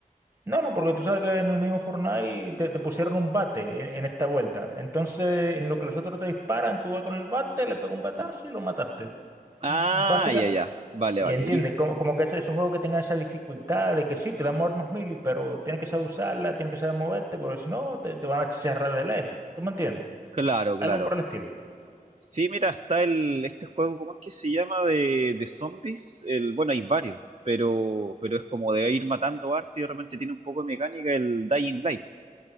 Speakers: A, on the right (about 15°); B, on the right (about 40°).
A: No, no, porque tú sabes que en el mismo Fortnite te, te pusieron un bate en, en esta vuelta. Entonces, en lo que los otros te disparan, tú vas con el bate, le pegas un batazo y lo mataste.
B: Ah,
A: Básicamente.
B: ya, ya, vale,
A: Y
B: vale,
A: entiende,
B: y,
A: como, como que es- esos juegos que tengan esa dificultad de que sí, te dan armas mili, pero tienes que saber usarla, tienes que saber moverte, porque si no, te, te van a chicharrar de lejos. ¿Tú me entiendes?
B: claro, claro.
A: Algo por el estilo.
B: Sí, mira, está el, este juego, ¿cómo es que se llama? De, de zombies, el, bueno, hay varios, pero, pero es como de ir matando arte y realmente tiene un poco de mecánica el Dying Light.